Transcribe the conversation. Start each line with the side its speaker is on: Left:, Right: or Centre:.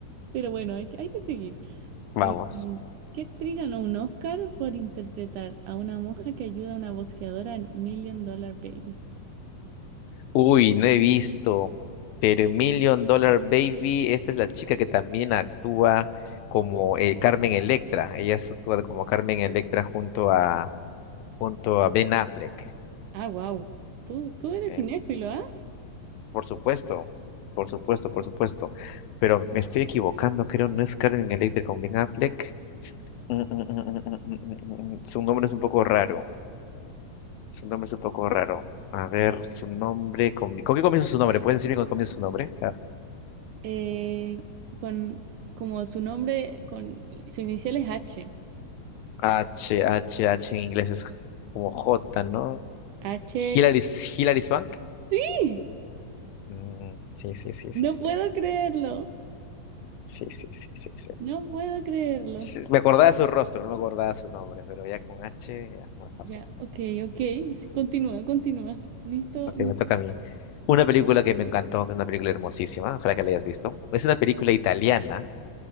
Right: Pero bueno, hay, que- hay que seguir.
Left: Vamos.
Right: Eh, ¿qué actriz ganó un Oscar por interpretar a una monja que ayuda a una boxeadora en Million Dollar Baby?
Left: Uy, no he visto, pero Million Dollar Baby, esa es la chica que también actúa como eh, Carmen Electra. Ella se actúa como Carmen Electra junto a, junto a Ben Affleck.
Right: Ah, wow. Tú, tú eres
Left: En-
Right: cinéfilo, ¿ah?
Left: por supuesto, por supuesto, por supuesto. Pero me estoy equivocando, creo, no es Carmen Electra con Ben Affleck. Mm, mm, mm, mm, mm, mm, mm, mm. Su nombre es un poco raro. Su nombre es un poco raro. A ver, su nombre. ¿Con, ¿con qué comienza su nombre? ¿Puedes decirme con qué comienza su nombre?
Right: Eh, con como su nombre, con su inicial es H.
Left: H, H, H en inglés es como J, ¿no?
Right: H.
Left: Hilary, Hilary Swank.
Right: ¡Sí!
Left: Mm, sí, sí, sí, sí,
Right: No
Left: sí.
Right: puedo creerlo.
Left: Sí, sí, sí, sí, sí.
Right: No puedo creerlo.
Left: Sí, Me acordaba de su rostro, no me acordaba su nombre, pero ya con H ya es más fácil.
Right: Ya, ok, ok. Sí, continúa, continúa. Listo,
Left: Ok,
Right: listo.
Left: me toca a mí. Una película que me encantó, que es una película hermosísima, ojalá que la hayas visto. Es una película italiana